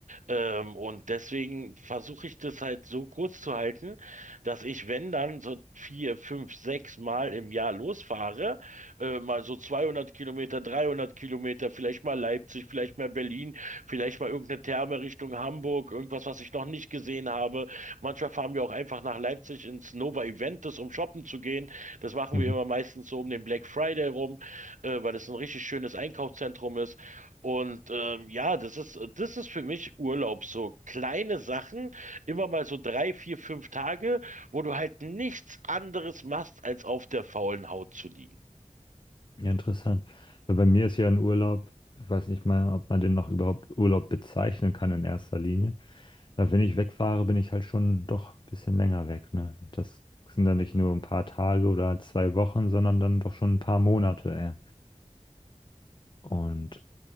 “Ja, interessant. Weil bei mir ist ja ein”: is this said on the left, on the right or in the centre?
Left